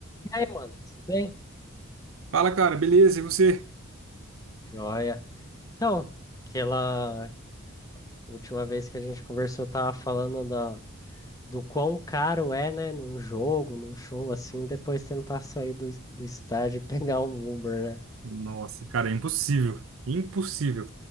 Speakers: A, on the left; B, on the right.
A: E aí, mano, tudo bem?
B: Fala, cara, beleza? E você?
A: Joia. Então, aquela última vez que a gente conversou, tava falando da, do quão caro é, né, num jogo, num show assim, depois tentar sair do, do estádio e <laughs> pegar um Uber, né?
B: Nossa, cara, é impossível. Impossível.